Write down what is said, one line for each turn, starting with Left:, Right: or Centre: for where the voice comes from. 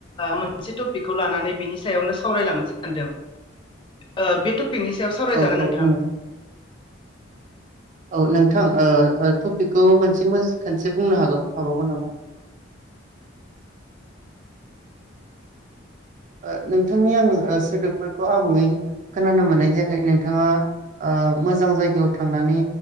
Left: मोनसे टपिकखौ लानानै बिनि सायावनो सावरायलांनो सानदों ओ बे <unintelligible> पिकनि सायाव सावरायजानो
Right: औ औ
Left: नोंथां
Right: बुंनोसै औ नोंथां ओ टपिकखौ ओ ओ मोनसे खनसे बुंनो हागोन हाबावगोन नामा ओ नोंथांनि आङो सोदोबफोरखौ आबुङै खोनानो मोननाय जायाखै नोंथाङा ओ मोजां जायगायाव थांनानै